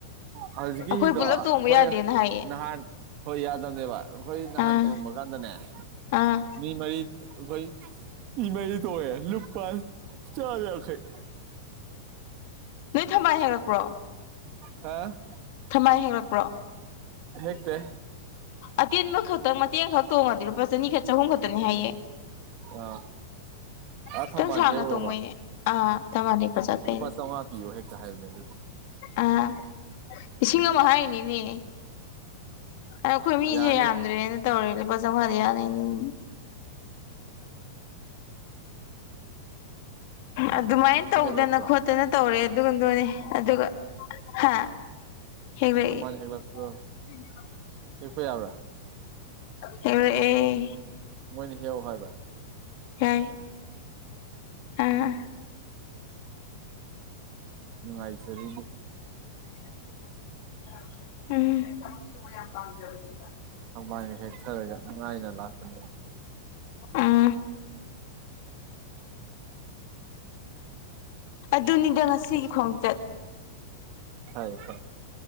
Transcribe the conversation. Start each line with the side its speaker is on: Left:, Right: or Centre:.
Right: ꯍꯧꯖꯤꯛꯀꯤ
Left: ꯑꯩꯈꯣꯏ
Right: ꯍꯤꯗꯣ
Left: ꯄꯨꯜꯂꯞ
Right: ꯑꯩꯈꯣꯏ
Left: ꯇꯣꯡꯕ ꯌꯥꯗꯦꯅ ꯍꯥꯏꯌꯦ
Right: ꯅꯍꯥꯟ ꯍꯣꯏ ꯌꯥꯗꯝꯅꯦꯕ ꯑꯩꯈꯣꯏ ꯅꯍꯥꯟ
Left: ꯑꯥ
Right: ꯊꯣꯡꯕ ꯀꯥꯟꯗꯅꯦ
Left: ꯑꯥ
Right: ꯃꯤ ꯃꯔꯤ ꯑꯩꯈꯣꯏ ꯃꯤ ꯃꯔꯤ ꯇꯣꯡꯉꯛꯑꯦ ꯂꯨꯄꯥ ꯆꯥꯝꯌꯥꯡꯈꯩ
Left: ꯅꯣꯏ ꯊꯝꯕꯥꯜ ꯍꯦꯛꯂꯛꯄ꯭ꯔꯣ
Right: ꯍꯥ
Left: ꯊꯃꯥꯏ ꯍꯦꯛꯂꯛꯄ꯭ꯔꯣ
Right: ꯍꯦꯛꯇꯦ
Left: ꯑꯇꯦꯟꯕ ꯈꯛꯇꯪ ꯃꯇꯦꯛꯑꯝꯈꯪ ꯇꯣꯡꯉꯥꯗꯤ ꯂꯨꯄꯥ ꯆꯅꯤꯈꯛ ꯆꯍꯨꯝ ꯈꯛꯇꯅꯦ ꯍꯥꯏꯌꯦ
Right: ꯑꯥ ꯑꯥ
Left: ꯈꯤꯇꯪ
Right: ꯊꯝꯕꯥꯜ
Left: ꯁꯥꯡꯅ
Right: ꯍꯦꯛꯎꯔꯕ
Left: ꯇꯣꯡꯕꯩꯅꯦ ꯑꯥ ꯊꯝꯕꯥꯟ ꯍꯦꯛꯄꯥ ꯆꯠꯄꯩꯅꯦ
Right: ꯂꯨꯄꯥ ꯆꯥꯝꯃꯉꯥ ꯄꯤꯌꯣ ꯍꯦꯛꯇ ꯍꯥꯏꯕꯅꯦ ꯑꯗꯨꯗꯤ
Left: ꯑꯥ ꯏꯁꯤꯡ
Right: ꯎꯝ
Left: ꯑꯃ ꯍꯥꯏꯔꯤꯅꯤꯅꯦ ꯑꯥ ꯑꯩꯈꯣꯏ ꯃꯤꯖꯨ
Right: ꯌꯥꯅꯤ
Left: ꯌꯥꯝꯗ꯭ꯔꯦꯅ ꯇꯧꯔꯦ ꯂꯨꯄꯥ ꯆꯧꯉꯥꯗ ꯌꯥꯅꯩꯅꯦꯃꯤ ꯑꯗꯨꯃꯥꯏꯅ ꯇꯧꯗꯅ
Right: ꯍꯦꯛꯂꯛꯄ꯭ꯔꯣ
Left: ꯈꯣꯠꯇꯅ ꯇꯧꯔꯦ ꯑꯗꯨꯒ ꯗꯨꯅꯦ ꯑꯗꯨꯒ ꯍꯥ ꯍꯦꯛꯂꯛꯏ
Right: ꯊꯝꯕꯥꯜ ꯍꯦꯛꯄ꯭ꯔꯣ
Left: <unintelligible>
Right: ꯍꯦꯛꯄꯥ ꯌꯥꯕ꯭ꯔꯥ
Left: ꯍꯦꯛꯔꯛꯑꯦ
Right: ꯃꯣꯏꯅ ꯍꯦꯛꯑꯣ ꯍꯥꯏꯕ
Left: ꯍꯥꯏ ꯑꯥ
Right: ꯅꯨꯡꯉꯥꯏꯖꯔꯤꯕꯨ
Left: ꯎꯝ
Right: ꯊꯝꯕꯥꯜꯒ ꯍꯦꯛꯊꯔꯒ ꯅꯨꯡꯉꯥꯏꯅ ꯂꯥꯛꯄꯅꯦꯕ
Left: ꯑꯥ ꯑꯗꯨꯅꯤꯗ ꯉꯁꯤꯒꯤ ꯈꯣꯡꯆꯠ
Right: ꯐꯩ ꯐꯥꯏ